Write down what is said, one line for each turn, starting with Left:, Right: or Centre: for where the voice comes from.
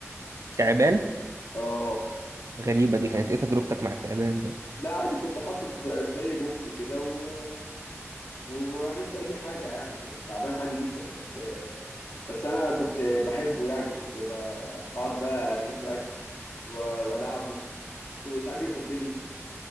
Right: تعبان
Left: اه
Right: غريبة دي كانت ايه تجربتك مع التعبان بقى
Left: لا عادي كنت حاطه في في زي بوكس كده و... وما بعملش اي حاجه يعني تعبان عادي جدا بس بس انا كنت بحبه يعني كنت ب... بقعد بقى اجيب له اكل و... والعبه وساعات بيخضني